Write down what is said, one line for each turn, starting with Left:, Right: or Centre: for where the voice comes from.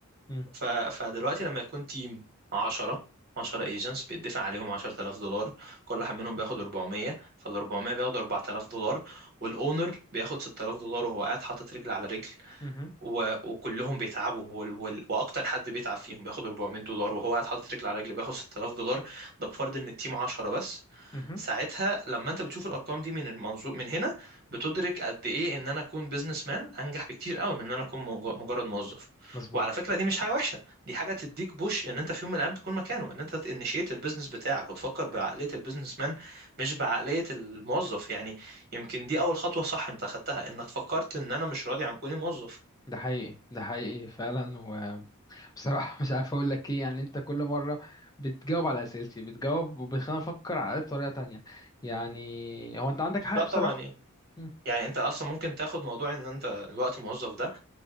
Left: مم.
Right: ف... فدلوقتي لما يكون تيم 10 10 ايجنتس بيدفع عليهم 10000 دولار كل واحد منهم بياخد 400 فال 400 بياخد 4000 دولار والاونر بياخد 6000 دولار وهو قاعد حاطط رجل على رجل
Left: مهم.
Right: و... وكلهم بيتعبوا وال... وال... واكتر حد بيتعب فيهم بياخد 400 دولار وهو قاعد حاطط رجل على رجل بياخد 6000 دولار ده بفرض ان التيم 10 بس
Left: مهم.
Right: ساعتها لما انت بتشوف الارقام دي من المنظور من هنا بتدرك قد ايه ان انا اكون بيزنس مان انجح بكتير قوي من ان انا اكون مج- مجرد موظف
Left: مظبوط
Right: وعلى فكره دي مش حاجه وحشه دي حاجه تديك بوش ان انت في يوم من الايام تكون مكانه ان انت تنشيت البيزنس بتاعك وتفكر بعقليه البيزنس مان مش بعقليه الموظف يعني يمكن دي اول خطوه صح انت خدتها انك فكرت ان انا مش راضي عن كوني موظف
Left: ده حقيقي ده حقيقي فعلا وبصراحة <laughs> مش عارف اقول لك ايه يعني انت كل مرة بتجاوب على اسئلتي بتجاوب وبتخليني افكر على الأقل بطريقة تانية يعني هو انت عندك حق
Right: لا
Left: بصراحة
Right: طبعا ايه
Left: مم.
Right: يعني انت اصلا ممكن تاخد موضوع ان انت الوقت موظف ده